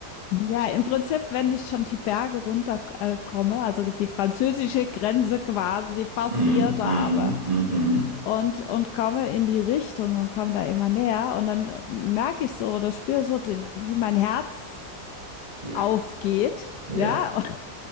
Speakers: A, on the left (about 75°); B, on the right (about 25°).
A: ja, im Prinzip, wenn ich schon die Berge runterkomme, also die französische Grenze quasi passiert
B: Mhm. Mhm.
A: habe,
B: Mhm.
A: und, und komme in die Richtung und komme da immer näher. Und dann äh, merke ich so oder spüre so, wie mein Herz
B: Ja.
A: aufgeht.
B: Ja.
A: Ja, <laughs> und